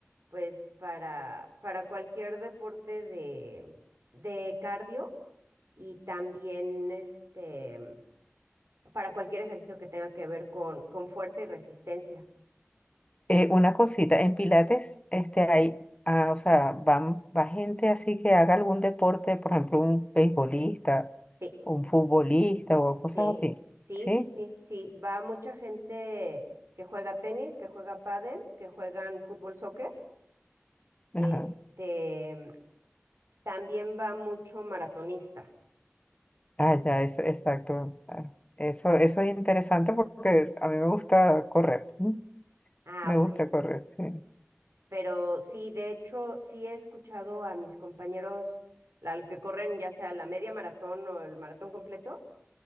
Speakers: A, on the right (about 70°); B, on the left (about 25°).
A: pues, para, para cualquier deporte de, de cardio y también este para cualquier ejercicio que tenga que ver con, con fuerza y resistencia.
B: Eh, una cosita, en Pilates, este, hay, ah, o sea, van, va gente así que haga algún deporte, por ejemplo, un beisbolista,
A: Sí.
B: un futbolista o cosas
A: Sí,
B: así,
A: sí,
B: ¿sí?
A: sí, sí, sí. Va mucha gente que juega tenis, que juega pádel, que juegan fútbol, soccer.
B: Ajá.
A: Este, también va mucho maratonista.
B: Ah, ya, eso, exacto. Ah, Eso, eso es interesante porque a mí me gusta correr, ¿m?
A: Ah,
B: me
A: ok.
B: gusta correr, sí.
A: Pero sí, de hecho, sí he escuchado a mis compañeros, a los que corren ya sea la media maratón o el maratón completo,